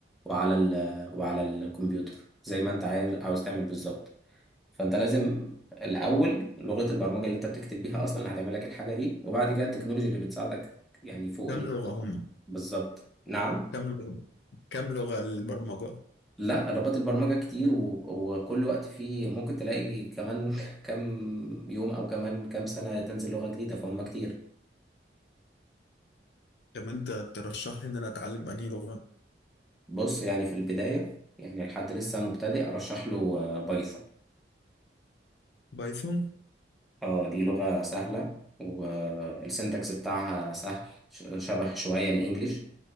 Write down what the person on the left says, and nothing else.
كم
لغه هم
كم لغه كم لغه البرمجه
طب انت ترشح لي ان انا اتعلم انهي لغه
بايثون